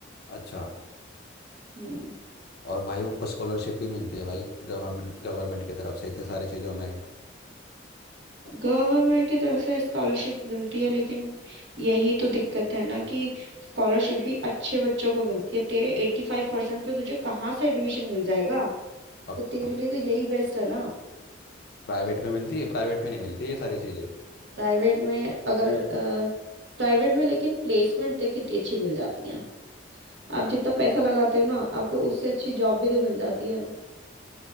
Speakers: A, on the left (about 55°); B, on the right (about 70°).
A: अच्छा
B: हम्म
A: और भाई स्कॉलरशिप भी मिलती है भाई गवर्नमेंट गवर्नमेंट की तरफ से इतनी सारी चीज़ों में
B: गवर्नमेंट की तरफ से स्कॉलरशिप मिलती है लेकिन यही तो दिक्कत है ना कि स्कॉलरशिप भी अच्छे बच्चों को मिलती है तेरे एट्टी फाइव परसेंट पे तुझे कहाँ से एडमिशन मिल जाएगा
A: अब
B: तो तेरे लिए तो यही बेस्ट है ना
A: प्राइवेट में मिलती है प्राइवेट में नहीं मिलती है ये सारी चीज़ें
B: प्राइवेट में अगर प्राइवेट में लेकिन प्लेसमेंट तक कितनी अच्छी मिल जाती है आप जितना पैसा लगाते हो ना आपको उससे अच्छी जॉब भी तो मिल जाती है